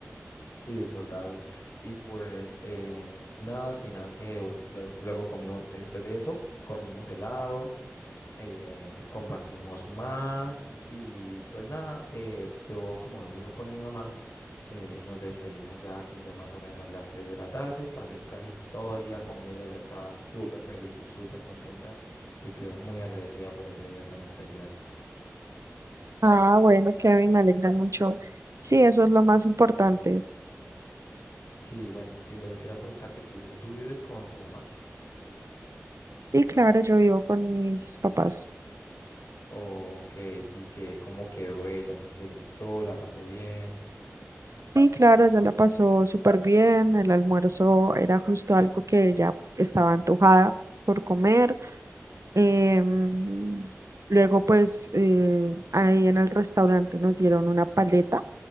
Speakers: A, on the left; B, on the right.
A: Sí, total. Y pues eh, nada, al final, eh, lue- luego, luego comimos, después de eso, comimos helado. eh, compartimos más y pues nada, eh, yo como no vivo con mi mamá, eh, nos despedimos ya siendo más o menos las 6 de la tarde, pasé casi todo el día con ella, ya estaba súper feliz y súper contenta y quedó muy agradecida por ese día tan especial.
B: Ah, bueno, Kevin, me alegra mucho. Sí, eso es lo más importante.
A: Sí, bueno, Silvia, yo quería preguntarte, ¿tú, tú vives con tu mamá?
B: Y claro, yo vivo con mis papás.
A: ¿O qué? ¿Y qué, cómo quedó ella? ¿Si le gustó? ¿La pasó bien?
B: Y claro, ella la pasó súper bien. El almuerzo era justo algo que ella estaba antojada por comer. Em, luego, pues, eh, ahí en el restaurante nos dieron una paleta